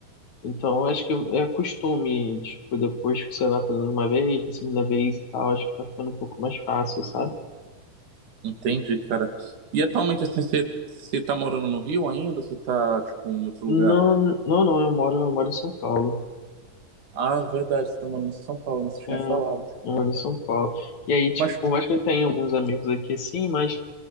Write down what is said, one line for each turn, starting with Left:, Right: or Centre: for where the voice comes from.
Left: Então, acho que é costume, tipo, depois que, sei lá, fazendo uma vez, na segunda vez e tal, acho que tá ficando um pouco mais fácil, sabe?
Right: entendi, cara. E atualmente, assim, você, você tá morando no Rio ainda? ou Você tá, tipo, em outro
Left: Não,
Right: lugar?
Left: não, não, eu moro, eu moro em São Paulo.
Right: Ah, verdade, você tá morando em São Paulo, né? Você tinha
Left: É,
Right: falado.
Left: eu moro em São Paulo. E aí, tipo,
Right: Mas
Left: por mais que eu tenha alguns amigos aqui, assim, mas